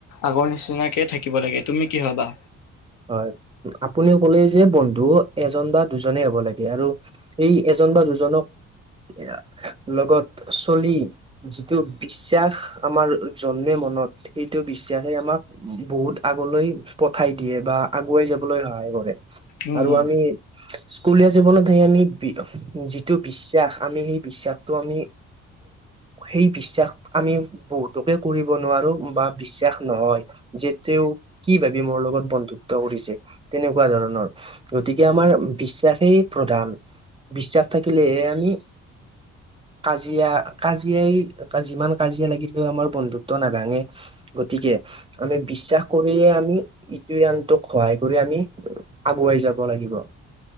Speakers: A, on the left; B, on the right.
A: আগৰ নিচিনাকে থাকিব লাগে তুমি কি ভাবা
B: হয় আপুনি ক'লে যে বন্ধু এজন বা দুজনে হ'ব লাগে আৰু এই এজন জন বা দুজনক এ লগত চলি যিটো বিশ্বাস আমাৰ জন্মে মত সেইটো বিশ্বাসে আমাক বহুত আগলৈ পঠাই। দিয়ে বা আগুৱাই যাবলৈ সহায় কৰে
A: উম,
B: আৰু
A: উম,
B: আমি স্কুলীয়া জীৱনত সেই আমি যিটো বিশ্বাস আমি সেই বিশ্বাসটো আমি সেই বিশ্বাস আমি বহুতোকে কৰিব নোৱাৰো বা বিশ্বাস নহয়। যে তেওঁ কি ভাবি মোৰ লগত বন্ধুত্ব কৰিছে, তেনেকুৱা ধৰণৰ গতিকে আমাৰ বিশ্বাসেই প্ৰধান। বিশ্বাস থাকিলেহে আমি। কাজিয়া, কাজিয়াই যিমান কাজিয়া লাগিলেও আমাৰ বন্ধুত্ব নাভাঙে গতিকে আমি বিশ্বাস কৰিয়ে আমি। আনটোক সহায় কৰি আমি আগুৱাই যাব লাগিব।